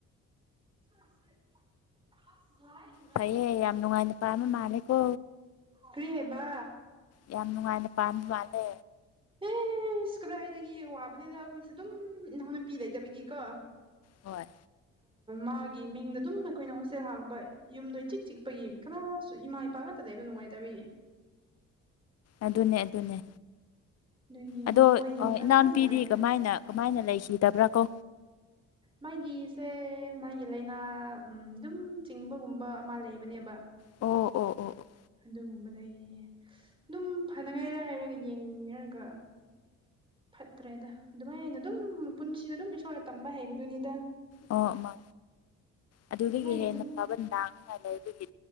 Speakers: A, on the right (about 15°); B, on the left (about 55°).
A: <unintelligible>
B: ꯐꯩꯌꯦ ꯌꯥꯝ ꯅꯨꯡꯉꯥꯏꯅ ꯄꯥꯟꯕ ꯃꯥꯜꯂꯦꯀꯣ
A: ꯀ꯭ꯔꯤ ꯍꯥꯏꯕ
B: ꯌꯥꯝ ꯅꯨꯡꯉꯥꯏꯅ ꯄꯥꯟꯕ ꯃꯥꯜꯂꯦ
A: ꯑꯦꯁ ꯀꯗꯥꯏꯗꯒꯤ ꯋꯥꯕꯅꯤꯗ ꯑꯩꯈꯣꯏꯁꯦ ꯑꯗꯨꯝ ꯏꯅꯥꯎꯅꯨꯄꯤ ꯂꯩꯇꯕꯒꯤꯀꯣ
B: ꯍꯣꯏ
A: ꯃꯥꯒꯤ ꯃꯤꯡꯗ ꯑꯗꯨꯝ ꯑꯩꯈꯣꯏꯅ ꯍꯣꯁꯇꯦꯜ ꯍꯥꯡꯕ ꯌꯨꯝꯗꯣ ꯏꯆꯤꯛ ꯆꯤꯛꯄꯒꯤ ꯀꯅꯥꯁꯨ ꯏꯃꯥ ꯏꯄꯥ ꯉꯥꯛꯇꯥ ꯂꯩꯕ ꯅꯨꯡꯉꯥꯏꯇꯕꯒꯤ
B: ꯑꯗꯨꯅꯦ ꯑꯗꯨꯅꯦ
A: ꯑꯗꯨꯒꯤ
B: ꯑꯗꯣ
A: ꯃꯣꯏꯒꯤ ꯋꯥꯈꯜ
B: ꯏꯅꯥꯎꯄꯤꯗꯤ
A: ꯈꯔ ꯅꯨꯡꯉꯥꯏꯅꯉꯥꯏ
B: ꯀꯃꯥꯏꯅ ꯀꯃꯥꯏꯅ ꯂꯩꯈꯤꯗꯕ꯭ꯔꯥ ꯀꯣ
A: ꯃꯥꯒꯤꯁꯦ ꯃꯥꯒꯤ ꯂꯥꯏꯅꯥ ꯑꯗꯨꯝ ꯆꯤꯡꯕꯒꯨꯝꯕ ꯑꯃ ꯂꯩꯕꯅꯦꯕ
B: ꯑꯣ ꯑꯣ ꯑꯣ
A: ꯑꯗꯨꯒꯨꯝꯕꯗꯒꯤ ꯑꯗꯨꯝ ꯐꯅꯉꯥꯏꯔ ꯍꯥꯏꯔꯒ ꯌꯦꯡꯔꯒ ꯐꯠꯇ꯭ꯔꯦꯗ ꯑꯗꯨꯃꯥꯏꯅ ꯑꯗꯨꯝ ꯄꯨꯟꯁꯤꯗ ꯑꯗꯨꯝ ꯏꯁꯣꯔꯅ ꯇꯝꯕ ꯍꯩꯕꯗꯨꯅꯤꯗ
B: ꯑꯣ ꯃꯥ ꯑꯗꯨꯗꯒꯤ
A: ꯑꯗꯨꯃꯥꯏꯅ
B: ꯍꯦꯟꯅ
A: ꯑꯗꯨꯝ
B: ꯐꯕꯗꯥ ꯃꯥ ꯂꯩꯕꯒꯤ